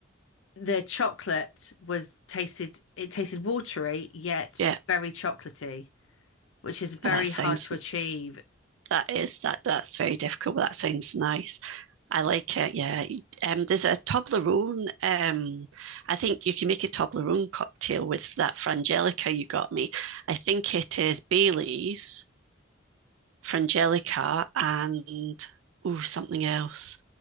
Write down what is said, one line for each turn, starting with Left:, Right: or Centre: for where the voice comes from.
Left: the chocolate was tasted. It tasted watery yet
Right: yeah.
Left: very chocolatey, which is very
Right: Well, That sounds
Left: hard to achieve.
Right: that is that that's very difficult, but that sounds nice. I like it. Yeah. Um, there's a Toblerone. Um, I think you can make a Toblerone cocktail with that frangelica you got me. I think it is Bailey's frangelica and oh something else.